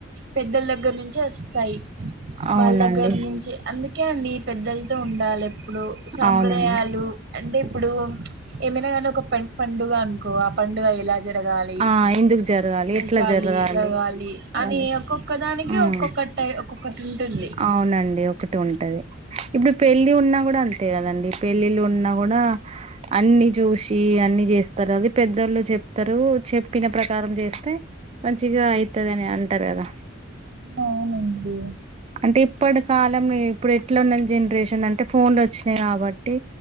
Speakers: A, on the right; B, on the right.
A: పెద్దల దగ్గర నుంచి వస్తాయి
B: అవునండి
A: వాళ్ళ దగ్గర నుంచి అందుకే అండి పెద్దలతో ఉండాలి ఇప్పుడు సాంప్రదాయాలు
B: అవునండి
A: అంటే ఇప్పుడు ఏమైనాగానీ ఒక పే పండుగ అనుకో ఆ పండుగ ఎలా జరగాళి
B: ఆ ఎందుకు జరగాలి
A: ఉంచాలి
B: ఎట్లా జరగాలి
A: లెగాలి
B: అవన్నీ
A: అని ఒక్కొక్క దానికి
B: హ్మ్
A: ఒక్కొక్కటై ఒక్కొక్కటి ఉంటుంది
B: అవునండి ఒకటి ఉంటది ఇప్పుడు పెళ్ళి ఉన్నా కూడా అంతే కదండి పెళ్ళిళ్ళు ఉన్నా కూడా అన్ని చూసి అన్ని చేస్తారు అది పెద్దళ్ళు చెప్తారు చెప్పిన ప్రకారం చేస్తే మంచిగా అయితది అని అంటారు కదా
A: ఆ అవునండి
B: అంటే ఇప్పటి కాలం ఇప్పుడు ఎట్లా ఉన్న జనరేషన్ అంటే ఫోన్లు వచ్చినాయి కాబట్టి